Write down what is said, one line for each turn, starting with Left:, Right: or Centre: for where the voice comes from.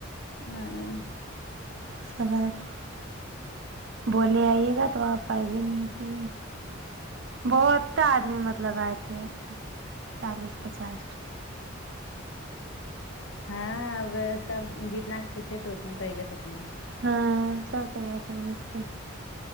Left: ہاں
Right: سب اے تھے بولے آئیے گا تو آپ پائی بھی نہیں کی بہت تھا آدمی مطلب آئے تھے چالیس پچاس
Left: ہاں اب سب جتنا پوچھے تو اتنا تووے کریں گے
Right: ہاں سب کوئی آتی بہت کوئی